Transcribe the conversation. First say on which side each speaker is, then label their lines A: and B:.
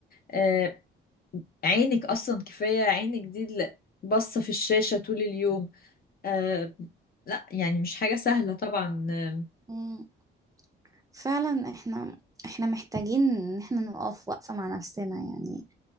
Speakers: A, on the left (about 50°); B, on the right (about 15°).
A: آه، عينك اصلا كفايه عينك دي اللي باصه في الشاشه طول اليوم آه لا يعني مش حاجة سهلة طبعا آه،
B: مم. فعلا إحنا إحنا محتاجين إن إحنا نقف وقفة مع نفسنا يعني